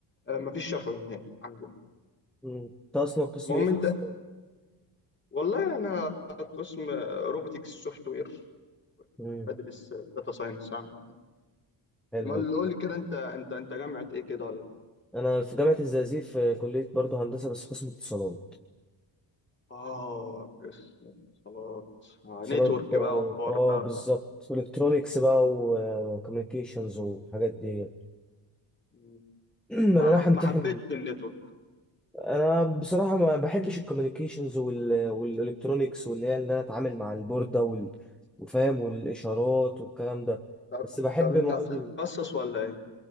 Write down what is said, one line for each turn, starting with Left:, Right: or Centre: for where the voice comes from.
Left: آه، مفيش شفوي نهائي عندنا
Centre: امم انت اصلا قسم
Left: المهم
Centre: ايه في
Left: انت
Centre: حسابات
Left: والله انا قسم روبوتكس سوفت وير
Centre: امم
Left: بدرس داتا ساينس عامه
Centre: حلو
Left: امال قول لي كده انت انت انت جامعة ايه كده ولا
Centre: انا في جامعه الزقازيق في كليه برضه هندسه بس قسم اتصالات
Left: اه قسم اتصالات آه،
Centre: اتصالات
Left: نتورك
Centre: بقى
Left: بقى
Centre: و-
Left: والحوار
Centre: اه
Left: ده
Centre: بالظبط
Left: ف
Centre: والكترونكس بقى وكوميونيكيشنز والحاجات دي
Left: م،
Centre: <clears throat> انا
Left: ما
Centre: رايح
Left: حب
Centre: امتحن
Left: ما حبيتش النتورك
Centre: انا بصراحه ما بحبش الكوميونيكيشنز وال... والالكترونكس واللي هي ان انا اتعامل مع البورده وال- وفاهم والاشارات والكلام ده
Left: طب
Centre: بس بحب
Left: طب انت
Centre: مواد
Left: هتتخصص ولا ايه؟